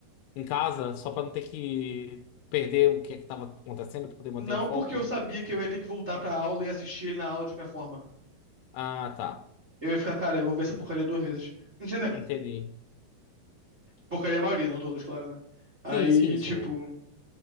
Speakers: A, on the left; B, on the right.
A: Em casa, só pra não ter que perder o que é que tava acontecendo, pra poder manter
B: Não
A: o foco.
B: porque eu sabia que eu ia ter que voltar pra aula e assistir ele na aula de qualquer forma.
A: Ah, tá.
B: Eu ia ficar, cara, eu vou ver essa porcaria duas vezes. <laughs> Entendeu?
A: Entendi.
B: Porcaria é a maioria, né? não todos, claro, né? Aí,
A: Sim, sim,
B: tipo.
A: sim.